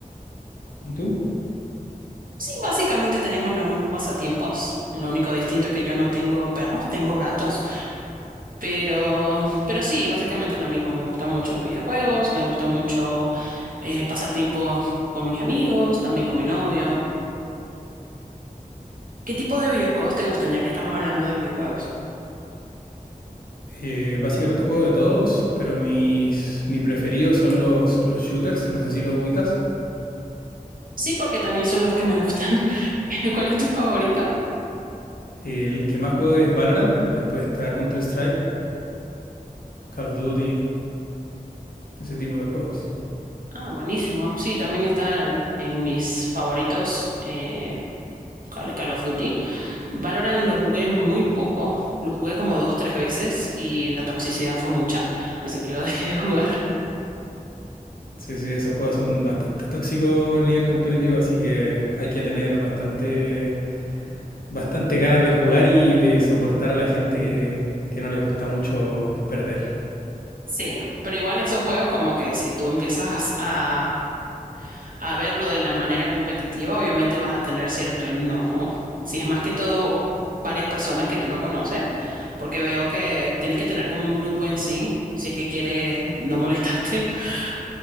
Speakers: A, on the left; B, on the right.
A: ¿Y tú?
B: Sí, básicamente tenemos los mismos pasatiempos. Lo único distinto es que yo no tengo perros, tengo gatos. Pero, pero sí, básicamente lo mismo. Me gustan mucho los videojuegos, me gusta mucho eh, pasar tiempo con mis amigos, también con mi novio. ¿Qué tipo de videojuegos te gustan, ya que estamos hablando de videojuegos?
A: Eh, básicamente juego de todos, pero mis, mi preferidos son los, los shooters, no sé si los ubicas.
B: Sí, porque también son los que me gustan. <laughs> ¿Cuál es tu favorito?
A: El que más juego es Valorant, después está Counter-Strike, Call of Duty, ese tipo de juegos.
B: Ah, buenísimo. Sí, también está en mis favoritos. eh, Call, Call of Duty. Valorant lo jugué muy poco, lo jugué como dos, tres veces y la toxicidad fue mucha, así que lo dejé de jugar.
A: Sí, sí, esos juegos son bastante tóxicos a nivel competitivo, así que hay que tener bastante, bastante ganas de jugar y de soportar a la gente que, que no le gusta mucho perder.
B: Sí, pero igual esos juegos como que si tú empiezas a, a verlo de la manera competitiva, obviamente vas a tener cierto enojo. Si es más que todo varias personas que tú no conoces, porque veo que tienes que tener como un grupo en sí, si es que quieres no molestarte. <laughs>